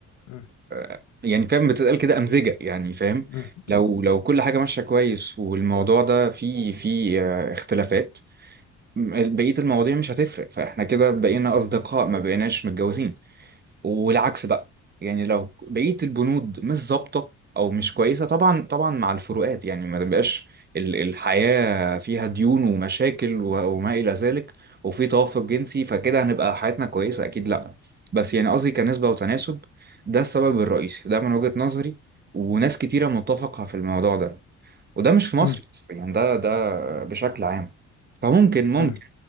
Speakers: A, on the left (about 80°); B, on the right (about 35°).
A: مم.
B: آه يعني فاهم بتتقال كده امزجه يعني فاهم
A: مم.
B: لو
A: مم.
B: لو كل حاجه ماشيه كويس والموضوع ده فيه فيه آه اختلافات م- بقيه المواضيع مش هتفرق فاحنا كده بقينا اصدقاء ما بقيناش متجوزين والعكس بقى يعني لو بقية البنود مش ظابطة أو مش كويسة طبعا طبعا مع الفروقات يعني ما تبقاش ال- الحياة فيها ديون ومشاكل و- وما إلى ذلك وفي توافق جنسي فكده هنبقى حياتنا كويسة أكيد لأ بس يعني قصدي كنسبة وتناسب ده السبب الرئيسي ده من وجهة نظري وناس كتيرة متفقة في الموضوع ده وده مش في مصر
A: مم.
B: بس يعني ده ده بشكل عام فممكن ممكن
A: مم.